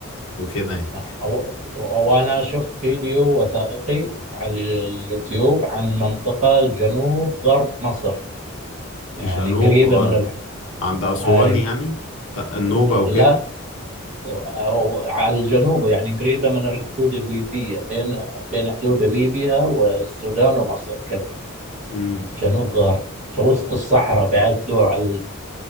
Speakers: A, on the left; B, on the right.
A: وكده يعني
B: نعم. أو أو- وأنا شفت فيديو وثائقي على اليوتيوب عن منطقة جنوب غرب مصر يعني
A: جنوب
B: قريبة
A: غرب
B: من الح...
A: عند اسوان
B: آه،
A: يعني ت- النوبة
B: لا
A: وكده
B: أو على الجنوب يعني قريبة من الحدود الليبية بين بين حدود ليبيا والسودان ومصر كذا
A: امم
B: جنوب غرب في وسط الصحراء بيعدوا على